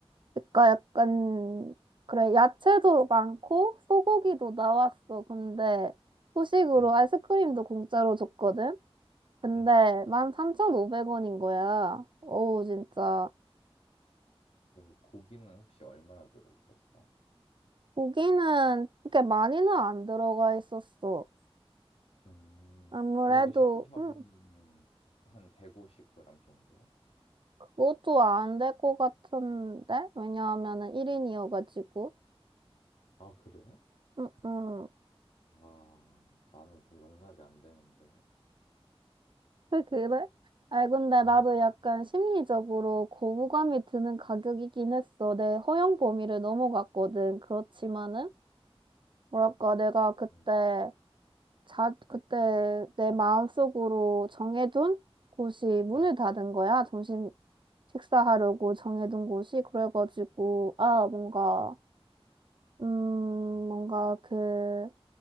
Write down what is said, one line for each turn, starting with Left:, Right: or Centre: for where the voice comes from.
Right: 그러니까 약간, 그래, 야채도 많고 소고기도 나왔어. 근데 후식으로
Left: 음.
Right: 아이스크림도 공짜로 줬거든? 근데
Left: 음.
Right: 13,500원인 거야. 어우, 진짜.
Left: 그 고기는 혹시 얼마나 들어 있었어?
Right: 고기는 그렇게 많이는 안 들어가 있었어.
Left: 음.
Right: 아무래도,
Left: 그래도 샤브샤브면은
Right: 음,
Left: 한 150g 정도?
Right: 그것도 안 될 것 같은데? 왜냐하면은 1인이어가지고.
Left: 아, 그래?
Right: 음, 음.
Left: 와, 나는 좀 용납이 안 되는데.
Right: 그, 그래? 아, 근데
Left: 음.
Right: 나도 약간 심리적으로 거부감이 드는 가격이긴 했어. 내 허용 범위를 넘어갔거든. 그렇지만은, 뭐랄까, 내가 그때
Left: 음,
Right: 자, 그때 내 마음속으로 정해둔 곳이 문을
Left: 음,
Right: 닫은 거야. 점심 식사하려고 정해둔 곳이. 그래가지고, 아, 뭔가, 음,
Left: 음,
Right: 뭔가 그,